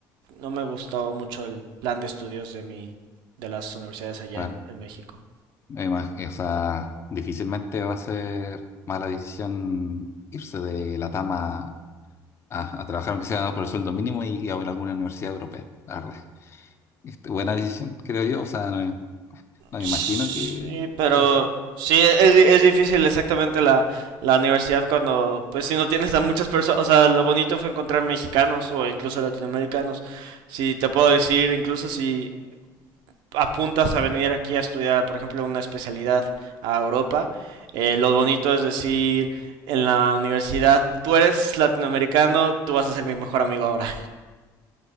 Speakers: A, on the right; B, on the left.
A: no me gustó mucho el plan de estudios de mi, de las universidades allá
B: claro.
A: en en México.
B: Me imag- o sea, difícilmente va a ser mala decisión irse de la Tama a, a trabajar, aunque sea por el sueldo mínimo, y a alguna universidad europea, la verdad. Este, buena decisión, creo yo. O sea, no, no
A: Sí,
B: me imagino que
A: pero
B: pueda ser.
A: sí, e-, es, di- es difícil exactamente la, la universidad cuando, pues si no tienes a muchas personas, o sea, lo bonito fue encontrar mexicanos o incluso latinoamericanos. Si te puedo decir, incluso si apuntas a venir aquí a estudiar, por ejemplo, una especialidad a Europa, eh, lo bonito es decir, en la universidad, tú eres latinoamericano, tú vas a ser mi mejor amigo ahora.